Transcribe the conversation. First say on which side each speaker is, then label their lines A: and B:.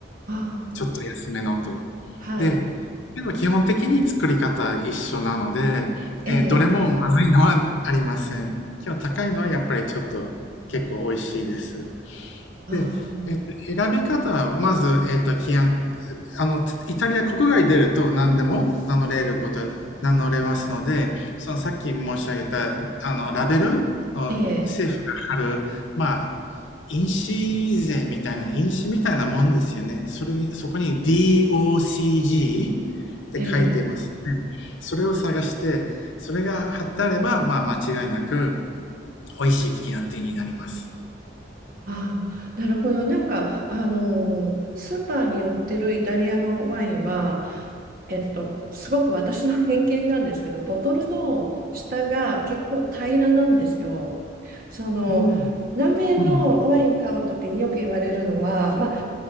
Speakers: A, on the right; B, on the left.
A: ああ、
B: ちょっと安めのと。
A: はい。
B: で、けど基本的に作り方一緒なので、
A: ええ、
B: えーどれもまずいのはありません。今日高いのはやっぱりちょっと結構美味しいです。
A: ああ、
B: で、えっと、選び方は、まず、えっと、規案、あの、イタリア国外出ると何でも名乗れること、名乗れますので、そのさっき申し上げた、あの、ラベルを政府が貼る、
A: ええ、
B: まあ、印紙税みたいな、印紙みたいなもんですよね。それ、そこに DOCG
A: ええ。
B: って書いてます。それを探して、それが貼ってあれば、まあ、間違いなく、美味しいキアンティになります。
A: ああ、なるほど。なんか、あのースーパーに売ってるイタリアのワインは、えっと、すごく私の偏見なんですけど、ボトルの下が結構平らなんですよ。その、
B: おお。
A: 南米のワイン買うときによく言われるのは、
B: うん。
A: まあ、